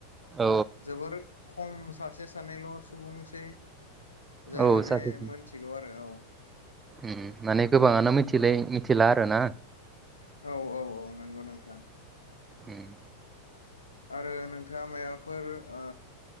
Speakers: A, on the right; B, on the left.
A: औ
B: जोबोर खम सासे सानैल' सुबुंसै जाय
A: औ
B: माने
A: सासे
B: मोनथिगौ आरो औ <inaudible>
A: उम माने गोबाङानो मिथिलाय मिथिला आरो ना।
B: औ औ औ नंगौ नोंथां।
A: उम
B: आरो नोंथाङा मायाबाफोर ओ